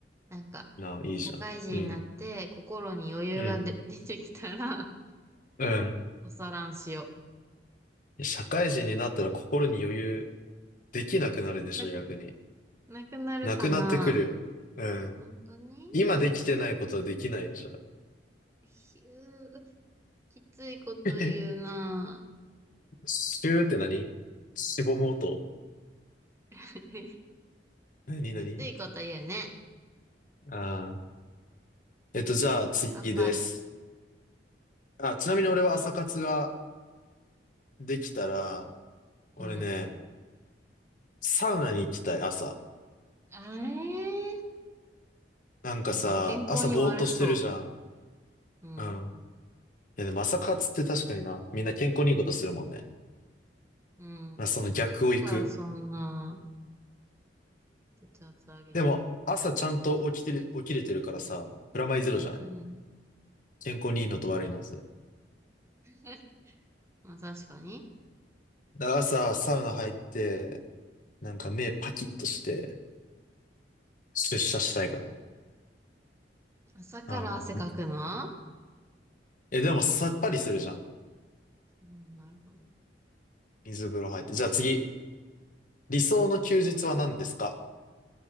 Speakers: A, on the right; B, on the left.
A: なんか、
B: なあ、いいじゃん。
A: 社会人になって心に余裕がで
B: うん。うん。
A: <laughs> 出てきたら、
B: うん。
A: 朝ランしよ
B: いや社会人になったら心に余裕できなくなるでしょ、
A: う。なく、
B: 逆に。
A: なくなるかな
B: なくなってくるよ。うん。
A: 本当に
B: 今できてないことはできないよ、じゃあ。
A: ひゅー、きついこと言うな
B: <laughs> シューって何しぼむ音。
A: <laughs> き
B: 何何
A: ついこと言うね。
B: ああー。えっと、じゃあ次です。
A: 頑張る。
B: あ、ちなみに俺は朝活ができたら、俺ね、
A: うん。うん。
B: サウナに行きたい、朝。
A: あれー
B: なんかさ、
A: なんか健康に悪そ
B: 朝ぼーっとしてるじゃん。
A: う。うん。
B: うん。いや、でも朝活って確かにな、みんな健康にいいことするもんね。
A: うん。
B: まあ、その逆を行く。
A: だからそんな、血圧上げて。
B: でも、朝ちゃんと起きてる、起きれてるからさ、プラマイゼロじゃない
A: うん。
B: 健康にいいのと悪いの、それ。
A: <laughs> まあ確かに。
B: だから朝、サウナ入って、なんか目パキッとして、出社したいかな。
A: 朝から汗かくの
B: あーえ、でもさっぱりするじゃん。
A: うん、なるほど。
B: 水風呂入って。じゃあ次、理想の休日は何ですか
A: はい。